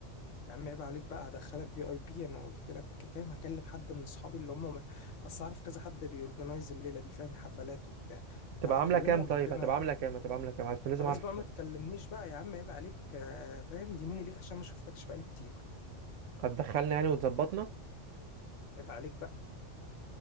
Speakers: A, on the left; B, on the right.
A: يا عم عيب عليك بقى هدخلك في اي بي انا قلت لك فاهم هكلم حد من اصحابي اللي هم اصل اعرف كذا حد بيورجنايز الليله دي فاهم حفلات وبتاع فهكلمه
B: تبقى عامله كام
A: واجيب
B: طيب
A: لنا
B: هتبقى عامله كام هتبقى عامله كام عشان
A: خلاص
B: لازم اعرف
A: بقى ما تكلمنيش بقى يا عم عيب عليك آه، فاهم دي مني ليك عشان ما شفتكش بقالي كتير
B: هتدخلنا يعني وتظبطنا
A: عيب عليك بقى